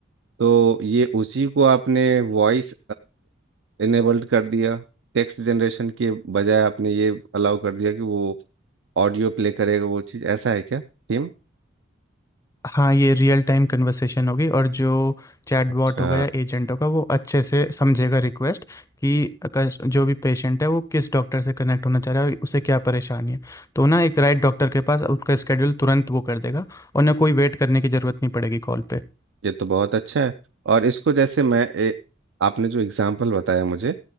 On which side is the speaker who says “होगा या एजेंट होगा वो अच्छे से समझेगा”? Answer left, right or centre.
Left